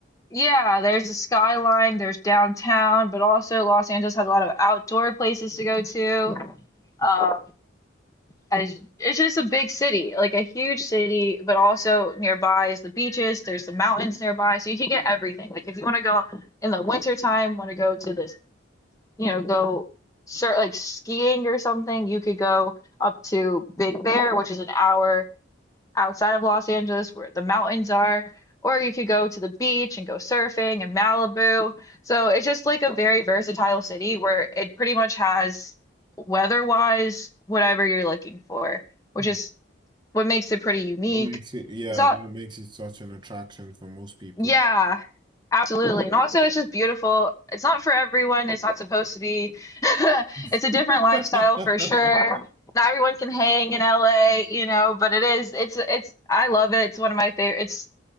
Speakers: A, on the left (about 15°); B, on the right (about 25°).
A: yeah, there's the skyline, there's downtown, but also Los Angeles has a lot of outdoor places to go to. Um, as it's just a big city, like a huge city, but also nearby is the beaches, there's the mountains nearby, so you can get everything. Like if you want to go in the winter time, want to go to this, you know, go start like skiing or something, you could go up to Big Bear, which is an hour outside of Los Angeles where the mountains are, or you could go to the beach and go surfing in Malibu. So it's just like a very versatile city where it pretty much has weather-wise whatever you're looking for, which
B: What
A: is what makes it pretty unique.
B: makes it, yeah,
A: It's all,
B: that makes it such an attraction for most people.
A: yeah, absolutely. And also it's just beautiful. It's not for everyone. It's not supposed to be. <laughs> It's
B: <laughs>
A: a different lifestyle for sure not everyone can hang in LA, you know, but it is it's it's I love it. It's one of my favorite. It's